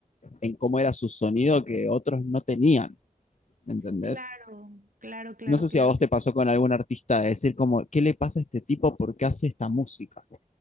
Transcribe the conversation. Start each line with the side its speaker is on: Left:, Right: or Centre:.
Left: en cómo era su sonido que otros no tenían, ¿entendés?
Right: Claro, claro, claro,
Left: No sé
Right: claro.
Left: si a vos te pasó con algún artista de decir como, ¿qué le pasa a este tipo? ¿Por qué hace esta música?